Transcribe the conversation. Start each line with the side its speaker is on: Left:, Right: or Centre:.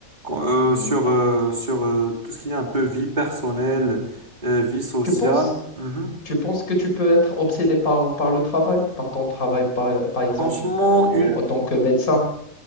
Right: euh,
Left: Hmm.
Right: sur, euh, sur euh, tout ce qui est un peu vie personnelle, euh, vie sociale.
Left: Tu penses,
Right: Mhm.
Left: tu penses que tu peux être obsédé par, par le travail, par ton travail, par, par exemple,
Right: Franchement,
Left: autant,
Right: une-
Left: autant que médecin?